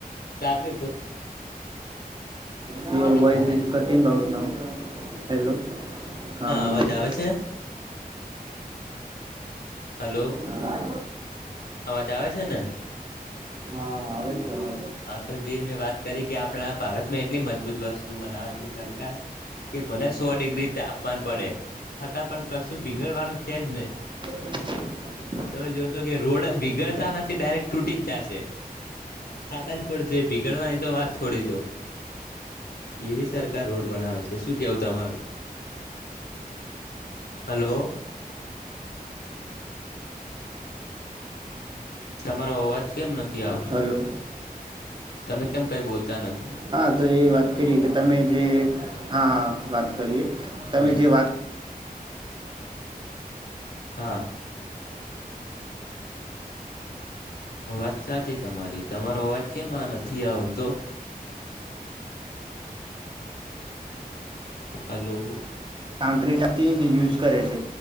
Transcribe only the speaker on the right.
હ યુર
વોઇસ
ઇઝ કટિંગ આઉટ નઉ હેલો હા બોલો
બોલોલો
હા
હા આવે છે હવે
<inaudible>
હલો
હા તો એ વાત કરીએ કે તમે જે હા હા વાત કરીએ તમે
જે વાત
કાંકટ તે જ યુઝ કરે છે